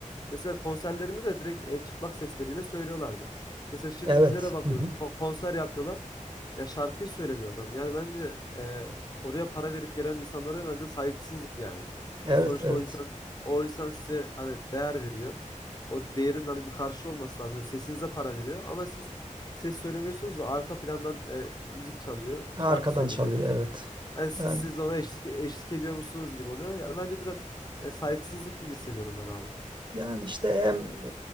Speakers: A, on the left; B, on the right.
A: Mesela konserlerinde de direkt e, çıplak sesleriyle söylüyorlardı. Mesela şimdikilere
B: Evet.
A: bakıyoruz.
B: Hı hı.
A: ko- konser yapıyorlar. Ya şarkıyı söylemiyor adam. Yani bence e, oraya para verip gelen insanlara bence saygısızlık yani.
B: Evet,
A: Ya sonuçta
B: evet.
A: o insan o insan size hani değer veriyor. O değerin hani bir karşılığı olması lazım. Yani sesinize para veriyor ama siz ses söylemiyorsunuz da arka plandan e, müzik çalıyor,
B: Arkadan
A: şarkı söyleniyor.
B: çalıyor, evet.
A: Yani siz
B: Yani
A: siz de ona eşlik eşlik ediyor musunuz gibi oluyor. Yani bence biraz e, saygısızlık gibi hissediyorum ben abi.
B: Yani işte hem